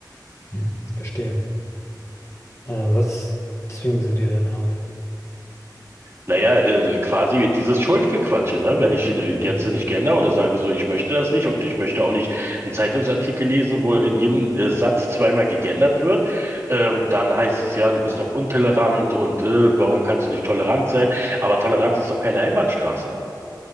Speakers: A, on the left (about 40°); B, on the right (about 35°).
A: Hm, verstehe. Äh, was zwingen sie dir denn auf?
B: Naja, äh, quasi dieses Schuldgequatsche, ne? Wenn ich äh,
A: Mhm.
B: jetzt nicht gender oder sage so, ich möchte das nicht und ich möchte auch nicht einen Zeitungsartikel lesen, wo in jedem äh, Satz zweimal gegendert wird, ähm, dann heißt es ja, du bist doch untolerant und äh, warum kannst du nicht tolerant sein? Aber Toleranz ist doch keine Einbahnstraße.